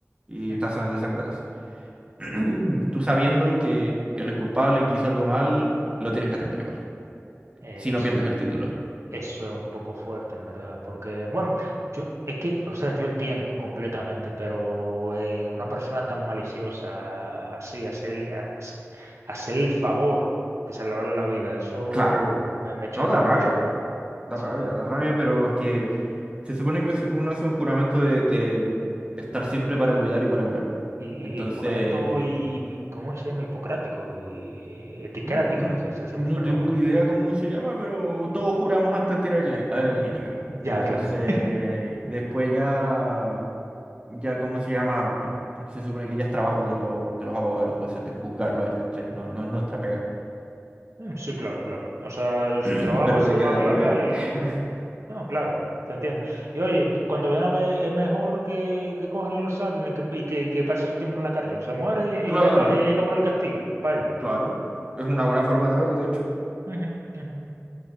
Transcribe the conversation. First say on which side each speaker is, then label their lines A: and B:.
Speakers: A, on the right; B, on the right.
A: y
B: ujú.
A: está sa- desangrándose. <clears throat> Tú sabiendo que él es culpable y que hizo algo mal, lo tienes que atender igual,
B: Eso,
A: si no pierdes el título.
B: eso es un poco fuerte, en verdad, porque, bueno, yo, es que, o sea, yo entiendo completamente, pero eh, una persona tan maliciosa, así, hacerle, hace- hacer el favor de salvarle la vida, eso
A: Claro,
B: me, me choca
A: no da
B: mucho.
A: rabia. Da
B: Sí.
A: rabia, da rabia, pero es que se supone que eso- uno hace un juramento de, de- de estar siempre para cuidar y para curar.
B: Y,
A: Entonces,
B: y juramento, y, y- ¿cómo se llama? Hipocrático y eh, eticrático,
A: un- no,
B: ese- ese- se,
A: no
B: me fue el
A: tengo
B: nombre, en
A: idea
B: verdad.
A: cómo se llama, pero todos juramos antes de ir a la, a la
B: Mm,
A: clínica.
B: Ya,
A: Entonces,
B: claro.
A: después ya, ya ¿cómo se llama? Eh, Se supone que ya es trabajo de los, de los abogados y los jueces de juzgarlo a él, ¿cachai? No, no es nuestra pega.
B: Mm, Sí, claro, claro. O sea, su
A: <clears throat>
B: trabajo
A: Pero
B: es salvar
A: de que da
B: vidas
A: rabia,
B: y...
A: <laughs>
B: No, claro, se entiende. Y oye, cuando ven a ver, es mejor que, que cojan y lo saben y que, y que, que pase su tiempo en la cárcel. Se muere y,
A: claro,
B: y ya acaba- y ahí acabó el castigo, para él.
A: claro. Es una buena forma de verlo, de hecho.
B: Ujú, ujú.